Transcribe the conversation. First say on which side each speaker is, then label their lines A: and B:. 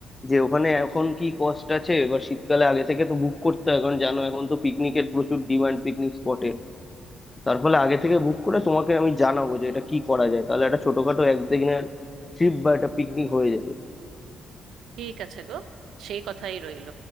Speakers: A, on the left; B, on the right.
A: যে ওখানে এখন কি কস্ট আছে এবার শীতকালে আগে থেকে তো বুক করতে হয় কারণ জানো এখন তো পিকনিকের প্রচুর ডিমান্ড পিকনিক স্পটে তার ফলে আগে থেকে বুক করে তোমাকে আমি জানাবো যে এটা কি করা যায় তাহলে একটা ছোটখাটো একদিনের ট্রিপ বা একটা পিকনিক হয়ে যাবে
B: ঠিক আছে গো সেই কথাই রইল